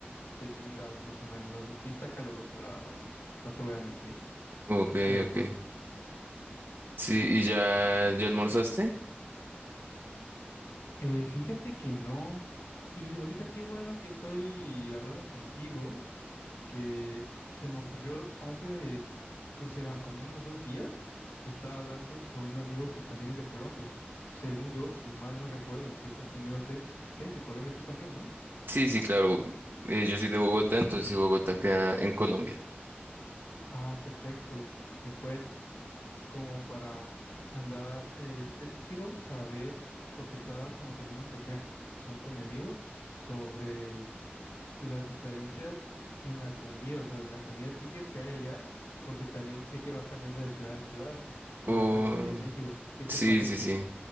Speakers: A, on the left (about 85°); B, on the right (about 55°).
A: treinta y un grados más o menos. O sea, sí está caluroso, la verdad. No te voy a mentir.
B: Ok,
A: Pero
B: ok.
A: to-
B: Sí, ¿y ya, ya almorzaste?
A: Eh, fíjate que no. Y ahorita qué bueno que estoy hablando contigo. que se me ocurrió hace que serán como unos dos días, estaba hablando con un amigo que también es de Colombia. Según yo, si mal no recuerdo y estoy confundiéndote, eres de Colombia tú también, ¿no?
B: Sí, sí, claro. Eh, yo soy de Bogotá, entonces sí, Bogotá queda en Colombia.
A: Ah, perfecto. Me puedes como para andar, eh, es que quiero saber, porque estaba como teniendo una pequeña conversación con mi amigo sobre las diferencias en la comida, o sea, la comida típica que hay allá, porque también sé que va cambiando de ciudad a ciudad con
B: Oh,
A: respecto aquí en México. ¿Qué te
B: sí,
A: parece?
B: sí, sí.